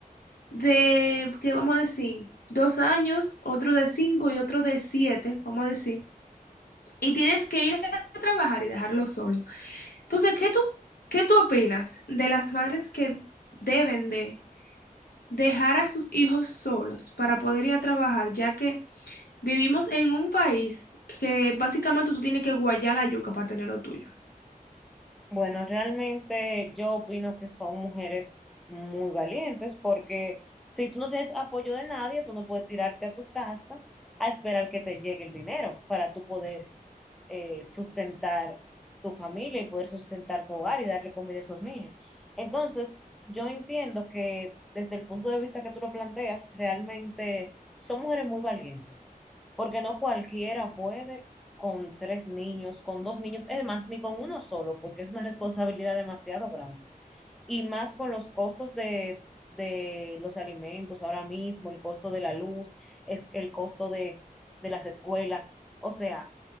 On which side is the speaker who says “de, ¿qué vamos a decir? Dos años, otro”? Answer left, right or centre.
Left